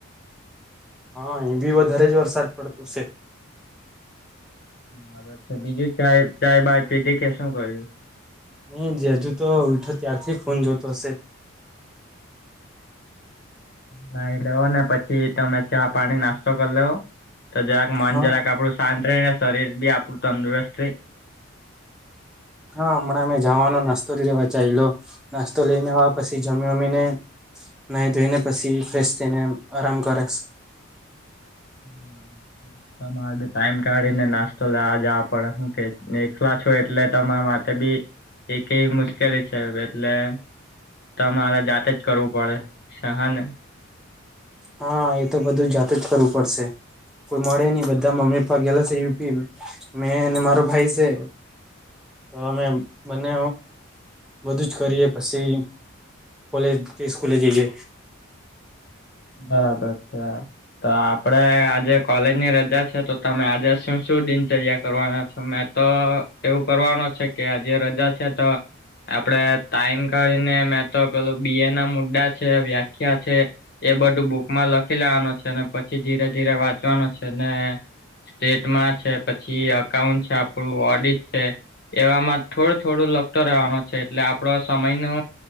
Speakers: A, in the centre; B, on the left.
A: હા એ બી વધારે જ વરસાદ પડતો છે.
B: બરાબર છે બીજું ચાય બાય પીધિ કે શું કર્યું?
A: નહી જે હજુ તો ઉઠો ત્યારથી ફોન જોતો હશે.
B: નાહી લેવ ને પછી તમે ચા પાણી નાસ્તો કરી લેવો. તો જરાક મન
A: હા
B: જરાક આપણું શાંત રહી ને શરીર બી આપણું તંદુરસ્ત રહે. <inaudible>
A: હા હમણાં મે જવાનો નાસ્તો જ લેવા જાયલો. નાસ્તો લઈને આવવા પછી જમી વમીને. નાઈ ધોઈ ને પછી ફ્રેશ થઈને આરામ કરીશ.
B: <inaudible> તમારે ટાઈમ કાઢીને નાસ્તો લેવા જવા પડે હું કે એકલા છું એટલે તમારા માટે. ત બી એકે મુશ્કેલી છે એટલે. તમારે જાતે જ કરવું પડે છે હા ને.
A: હા એ તો બધું જાતે જ કરવું પડશે કોઈ મળે ની બધા મમ્મી પપ્પા ગેલા છે યુપી મેં અને મારો ભાઈ સે. તો અમે બંને બધું જ કરીએ પછી કોલેજ કે સ્કૂલે જઈએ
B: બરાબર છે. તો આપડે આજે કોલેજની રજા છે તો તમે આજે શું શું દિનચર્યા કરવાના છો મે. તો એવું કરવાનું છે કે આ જે રજા છે તો આપડે ટાઈમ કાઢીને મેં તો પેલું બી એ ના મુદ્દા છે, વ્યાખ્યા છે. એ બધું બુકમાં લખી લેવાનું છે ને પછી ધીરે ધીરે વાંચવાનું છે ને સ્ટેટમાં છે પછી અકાઉન્ટ છે આપણું ઓડિટ છે. એવામાં થોડું થોડું લગતો રહેવાનો છે એટલે આપડો સમય નુ